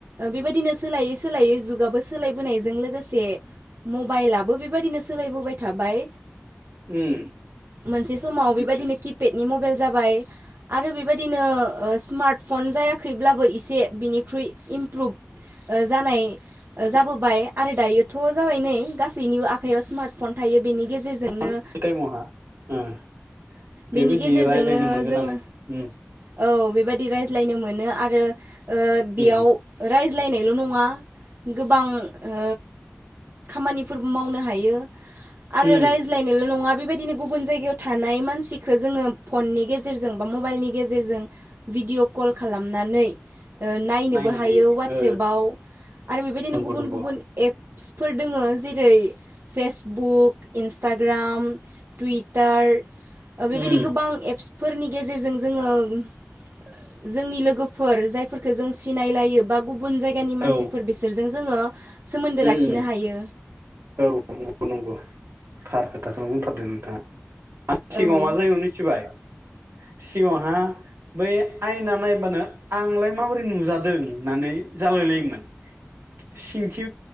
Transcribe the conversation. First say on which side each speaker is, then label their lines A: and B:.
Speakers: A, on the right; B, on the right.
A: बेबायदिनो सोलायै सोलायै जुगाबो सोलायबोनायजों लोगोसे मबाइलाबो बेबायदिनो सोलायबोबाय थाबाय।
B: उम
A: मोनसे समाव बेबायदिनो
B: आदसा
A: किपेडनि म बेल जाबाय आरो बेबायदिनो ओ सिमार्टफन जायाखैब्लाबो एसे बिनिख्रुइ इमप्रुभ ओ जानाय जाबोबाय आरो दायोथ' जाबाय नै गासैनिबो आखायाव स्मार्ट फन थायो। बेनि गेजेरजोंनो
B: <unintelligible> बेबायदि
A: बेनि गेजेरजोंनो
B: रायलायनो मोनगोन
A: जोङो
B: उम
A: औ बेबायाददि रायज्लायनो मोनो आरो ओ बेयाव
B: उम
A: राइज लायनाइ ल' नङा गोबां ओ खामानिफोरबो मावनो हायो। आरो
B: उम
A: रायज्लायनोल' नङा। बे बायदिनो गुबुन जायगायाव थानाय मानसिखो जोङो फननि गेजेरजों बा मबाइलनि गेजेरजों भिडिअ' कल खालामनानै नायनोबो
B: नायनो
A: हायो वाट्सपाव
B: ओ
A: आरो बेबायदिनो
B: नंगौ
A: गुबुन
B: नंगौ
A: गुबुन एप्स फोर दोङो जेरै फेसबुक, इन्सटाग्राम, टुइटार, ओ बेबायदि
B: उम
A: गोबां एप्सफोरनि गेजेरजों जोङो जोंनि लोगोफोर जायफोरखौ जों सिनायलायो बा गुबुन जायगानि मानसिफोर
B: औ उम
A: बिसोरजों जोङो सोमोन्दो लाखिनो
B: उम
A: हायो।
B: औ नंगौ नंगौ थार खोथाखौनो बुंथारदो नोंथाङा। सिगाङाव
A: औ ओं
B: मा जायो मिथिबाय सिगाङावहा बै आयना नायबानो आंलाय माबोरै नुजादों होननानै जालायलायोमोन। सिंथिखि